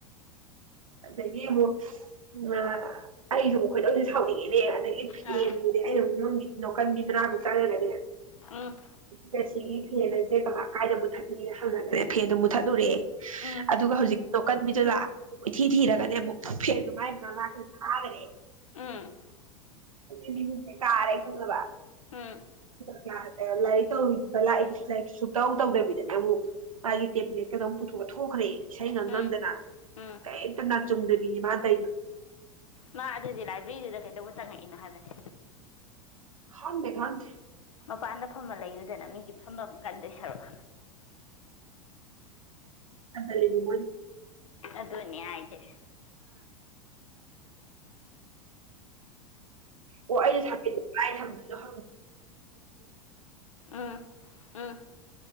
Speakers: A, on the right (about 70°); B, on the left (about 70°).
A: ꯑꯗꯒꯤ ꯑꯃꯨꯛ ꯎꯝ ꯑꯩꯁꯨ ꯈꯣꯏꯁ‌ꯦ ꯁꯥꯎꯅꯤꯡꯉꯦꯅꯦ ꯑꯗꯒꯤ ꯐꯦꯟꯗꯨꯗꯤ
B: ꯑꯥ
A: ꯑꯩꯩꯅ ꯅꯝꯃꯤ ꯂꯀꯣꯟ ꯕꯤꯃꯤꯔ ꯍꯇꯥꯔꯦ ꯂꯩꯅꯦ
B: ꯎꯝ
A: ꯉꯁꯤꯒꯤ ꯐꯦꯟ ꯍꯥꯏꯁꯦ ꯀꯃꯥꯏ ꯀꯥꯏꯗ ꯃꯨꯠꯊꯠꯂꯤꯅ ꯍꯪꯉꯒꯅꯦ ꯐꯦꯟꯗꯣ ꯃꯨꯠꯊꯠꯂꯨꯔꯦ
B: ꯎꯝ
A: ꯑꯗꯨꯒ ꯍꯧꯖꯤꯛ ꯅꯣꯀꯟꯕꯤꯗꯨ ꯂꯥꯛ ꯏꯊꯤ ꯊꯤꯔꯒꯅꯦ ꯑꯃꯨꯛ ꯐꯦꯟ ꯑꯗꯨꯃꯥꯏ ꯂꯥꯛ꯭ꯔꯦ ꯊꯥꯈꯔꯦ
B: ꯎꯝ
A: ꯑꯗꯨ ꯃꯤꯍꯨꯁꯦ ꯀꯥꯔꯦ ꯈꯪꯕ
B: ꯎꯝ
A: ꯀ꯭ꯂ ꯂꯥꯏꯔꯤꯛ ꯂꯥꯛꯏꯗꯤꯥꯏꯔꯤꯛ ꯁꯨꯛꯇꯧ ꯇꯧꯗꯕꯤꯗꯅꯦ ꯑꯃꯨꯛ ꯃꯥꯒꯤ ꯇꯦꯕ꯭ꯂꯦꯠꯀꯗ ꯄꯨꯊꯣꯛꯑ ꯊꯣꯛꯈ꯭ꯔꯦ ꯏꯁꯩ ꯉꯪ
B: ꯎꯝ
A: ꯉꯪꯗꯅ
B: ꯎꯝ
A: ꯀꯔꯤꯝꯇ ꯅꯥ ꯆꯨꯝꯗꯕꯤꯅꯦ ꯃꯥꯗꯥꯏꯗꯣ
B: ꯃꯥ ꯑꯗꯨꯗꯤ ꯂꯥꯏꯕ꯭ꯔꯦꯔꯤꯗꯨꯗ ꯀꯩꯗꯧꯕ ꯆꯪꯉꯛꯏꯅꯣ ꯍꯥꯏꯕꯅꯦ
A: ꯈꯥꯟꯗꯦ ꯈꯥꯟꯗ
B: ꯃꯄꯥꯟꯗ ꯐꯝꯃ ꯂꯩꯌꯨꯗꯅ ꯃꯤꯒꯤ ꯐꯝꯝꯕ ꯀꯟꯗꯣꯏ ꯁꯔꯨꯛ
A: ꯑ ꯂꯩ ꯃ
B: ꯑꯗꯨ ꯑꯗꯨꯅꯦ ꯍꯥꯏꯖꯦ
A: ꯑꯣ ꯑꯩꯁꯗꯣꯏꯅꯣꯠꯇ
B: ꯎꯝ ꯎꯝ